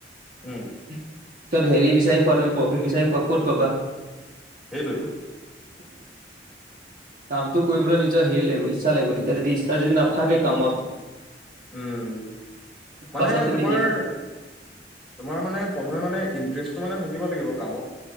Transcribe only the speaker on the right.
তাত হেৰি বিচাৰি ফুৱা তুমি প্ৰফিট বিচাৰি ফুৱা ক'ত পাবা।
উম' কামটো কৰিবলৈ নিজৰ হেৰি লাগিব ইচ্ছা লাগিব তেতিয়া যদি ইচ্ছা যদি নাথাকে কামত।
পাছত তুমি
সেই